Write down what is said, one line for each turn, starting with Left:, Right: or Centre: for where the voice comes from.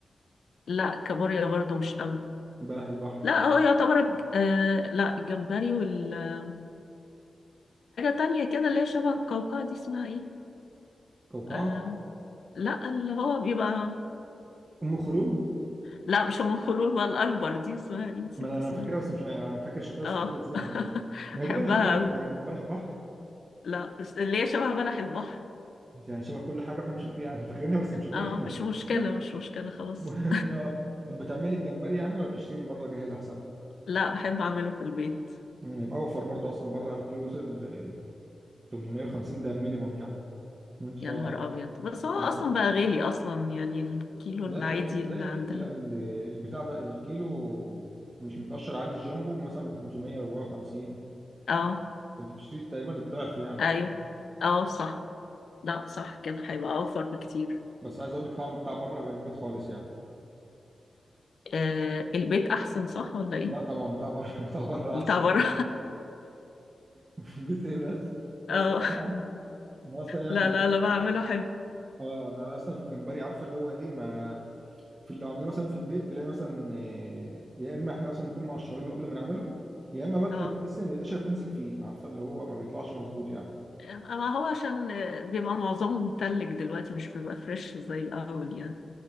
Left: لا كابوريا برضو مش قوي
Right: بلح البحر
Left: لا هو يعتبر الج- آه، لا الجمبري والحاجة تانية كده اللي هي شبه القوقعة دي اسمها ايه
Right: كوكعه
Left: آه، لا اللي هو بيبقى
Right: ام خرون
Left: لا مش ام الخلول بقى الاكبر دي اسمها ايه نسيت
Right: ما انا أنا
Left: اسمها
Right: فاكرها بس مش أنا فاكر شكلها
Left: اه
Right: بس مش فاكر اسمها
Left: <laughs>
Right: ما
Left: بحبها
Right: هي دي بلح البحر
Left: أوي
Right: تقريبا بلح البحر
Left: لا مش اللي هي شبه بلح البحر
Right: انت شبه كل حاجه احنا مش فاكرين يعني فاكرينها بس مش فاكرين
Left: اه
Right: اسمها
Left: مش مشكله
Right: <laughs>
Left: مش مشكله خلاص
Right: المهم آه، طب بتعملي الجمبري يعني ولا بتشتري من بره جاهز احسن؟
Left: <laughs> لا بحب اعمله في البيت
Right: مم، يبقى اوفر برضه اصلا بره عن الكيلو وصل آه، 850 ده مينيمم يعني وانت
Left: يا
Right: طالع
Left: نهار
Right: بقى
Left: ابيض بس هو
Right: آه،
Left: اصلا بقى غالي اصلا يعني الكيلو
Right: لا
Left: العادي
Right: لا
Left: اللي
Right: يا
Left: عندها
Right: بنتي لا ال- البتاع ده الكيلو مش متقشر عادي الجامبو مثلا ب 500 450
Left: اه
Right: فانت بتشتري تقريبا الضعف يعني
Left: ايوه اه صح لا صح كده هيبقى اوفر بكتير
Right: بس عايز اقول لك طعم بتاع بره غير البيت خالص يعني
Left: آه البيت احسن صح ولا ايه
Right: لا طبعا بتاع بره <laughs> بتاع بره احسن
Left: بتاع بره
Right: طبعا <laughs> البيت ايه بس
Left: <laughs>
Right: انا
Left: اه
Right: اصلا انا اصلا يعني
Left: لا
Right: في ال-
Left: لا لا بعمله حلو
Right: اه انا اصلا في الجمبري عارفه اللي هو ايه ما في اللي عملناه مثلا في البيت تلاقي مثلا آه، يا اما احنا اصلا نكون مقشرينه قبل ما نعمله يا اما بقى
Left: اه
Right: تحس ان القشره بتمسك فيه عارفه اللي هو ما بيطلعش مظبوط يعني
Left: ما هو عشان بيبقى معظمه متلج دلوقتي مش بيبقى فريش زي الأول يعني